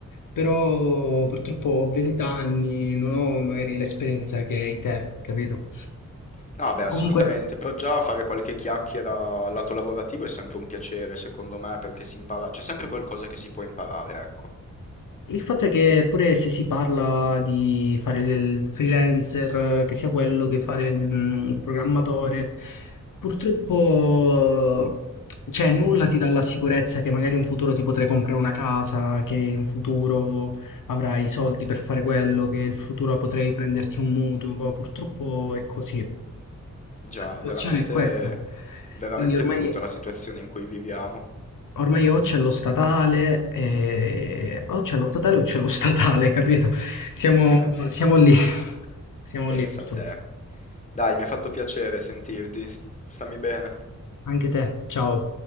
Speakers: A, on the left; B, on the left.
A: però purtroppo ho 20 anni, non ho magari l'esperienza che hai te, capito?
B: No, beh, assolutamente,
A: Comunque,
B: però già fare qualche chiacchiera lato lavorativo è sempre un piacere, secondo me, perché si impara, c'è sempre qualcosa che si può imparare, ecco.
A: Il fatto è che pure se si parla di fare il freelancer, eh, che sia quello che fare mm, il mm, programmatore, purtroppo cioè, nulla ti dà la sicurezza che magari in futuro ti potrai comprare una casa, che in futuro avrai i soldi per fare quello, che in futuro potrai prenderti un mutuo. Purtroppo è così. La
B: Già,
A: situazione
B: è veramente,
A: è questa.
B: veramente
A: Quindi ormai.
B: brutta la situazione in cui viviamo.
A: Ormai o c'è lo statale, eh, o c'è lo statale o c'è lo statale, <laughs> capito? Siamo,
B: Eh,
A: siamo lì, <laughs> siamo
B: pensa
A: lì purtroppo.
B: a te. Dai, mi ha fatto piacere sentirti. Stammi bene.
A: Anche te, ciao.